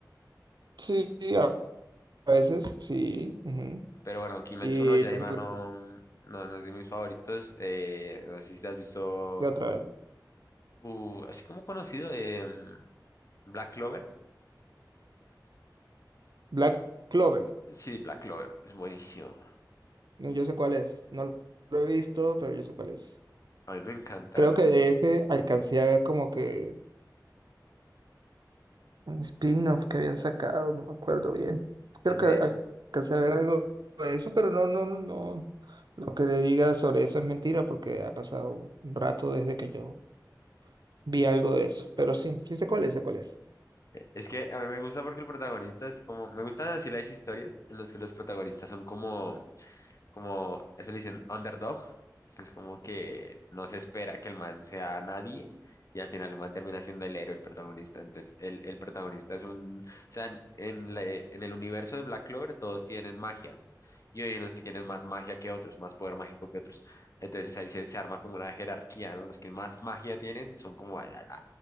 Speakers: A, on the right; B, on the left.
A: Sí, a a veces, sí. ujú.
B: Pero bueno, Kimetsu
A: Y
B: no Yaiba
A: entonces, ¿qué
B: no,
A: las tres?
B: no, no es de mis favoritos. Eh, no sé si te has visto,
A: ¿Qué otra vez?
B: uh, así como conocido, em, Black Clover.
A: Black Clover.
B: Sí, Black Clover, es buenísimo.
A: No, yo sé cuál es. No lo he visto, pero yo sé cuál es.
B: A mí me encanta.
A: Creo que de ese alcancé a ver como que. un spin-off que habían sacado, no me acuerdo bien. Creo
B: Es
A: que
B: de-
A: al- alcancé a ver algo de eso, pero no, no, no. Lo que le diga sobre eso es mentira porque ha pasado un rato desde que yo vi algo de eso. Pero sí, sí sé cuál es, sé cuál es.
B: es que a mí me gusta porque el protagonista es como, me gustan así las historias en las que los protagonistas son como como eso le dicen underdog, que es como que no se espera que el man sea nadie y al final el man termina siendo el héroe, el protagonista. Entonces, el, el protagonista es un, o sea, en, en la- en el universo de Black Clover todos tienen magia y hay unos que tienen más magia que otros, más poder mágico que otros. Entonces ahí se, se arma como una jerarquía, ¿no? Los que más magia tienen son como allá la,